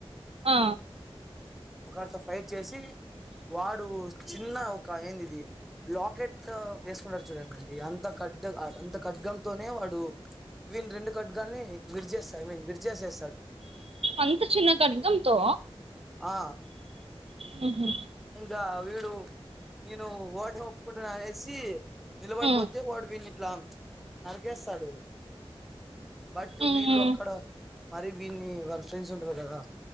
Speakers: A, on the right; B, in the centre.
A: ఆ
B: ఒకరితో ఫైట్ చేసి వాడు చిన్న ఒక ఏందిది లాకెట్ వేసుకున్నారు చూడండి అంత అంత ఖడ్గంతోనే వాడు వీని రెండు ఖడ్గ లూనీ విడిచేతడు ఐ మీన్ విడిచేసేస్త
A: అంత చిన్న కడ్గంతో
B: ఆ
A: హు హు
B: ఇంకా వీడు నేను ఓటమి ఒప్పుకుంటన్నా అనేసి నిలబడిపోతే
A: ఉమ్
B: వాడు వినిట్లా నరకేస్తాడు బట్
A: ఉమ్
B: వీళ్ళు అక్కడ మరీ వీళ్ని వాళ్ళ ఫ్రెండ్స్ ఉంటారు కదా